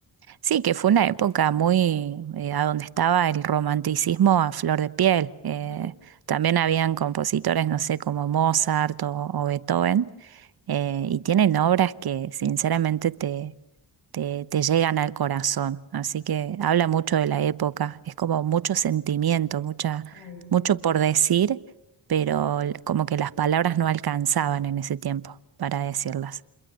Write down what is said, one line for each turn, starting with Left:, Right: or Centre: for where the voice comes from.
Right: Sí, que fue una época muy, eh, a donde estaba el romanticismo a flor de piel. Eh,
Left: Ujú.
Right: también habían compositores, no sé, como Mozart o, o Beethoven, eh, y tienen obras que sinceramente te, te, te llegan al corazón. Así que habla mucho de la época. Es como mucho sentimiento, mucha,
Left: Ay, sí.
Right: mucho por decir, pero l- como que las palabras no alcanzaban en ese tiempo para decirlas.